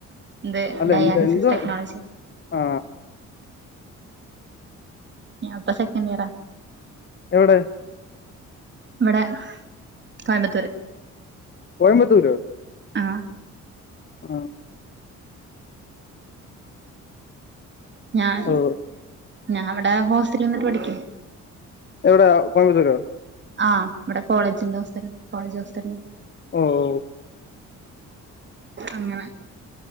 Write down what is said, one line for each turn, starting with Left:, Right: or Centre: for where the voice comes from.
Right: ന്ത്
Left: അല്ല
Right: ഡയാലിസിസ്
Left: എന്ത് എന്തുവാ
Right: ടെക്നോളജി
Left: ആ
Right: ഞാപ്പ സെക്കന്റിയറാ
Left: എവിടെ
Right: ഇവിടെ കോയമ്പത്തൂർ
Left: കോയമ്പത്തൂരോ
Right: ആഹ
Left: ആ
Right: ഞാൻ
Left: ഓ
Right: ഞാൻ ഇവിടെ ഹോസ്റ്റലിൽ നിന്നിട്ട് പഠിക്കുന്നു
Left: എവിടെ കോമ്പത്തൂരോ
Right: ആഹ് ഇവിടെ കോളേജിന്റ ഹോസ്റ്റൽ കോളേജ് ഹോസ്റ്റൽ
Left: ഓ ഓ
Right: അങ്ങനെ